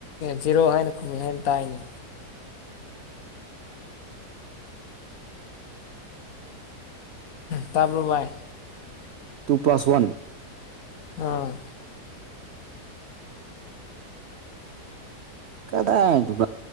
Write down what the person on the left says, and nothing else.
ꯖꯤꯔꯣ ꯍꯥꯏꯅ ꯈꯨꯝꯃꯤ ꯍꯥꯏꯅ ꯇꯥꯏꯅꯦ ꯇꯥꯔꯕ꯭ꯔꯣ ꯕꯥꯏ
ꯑꯥ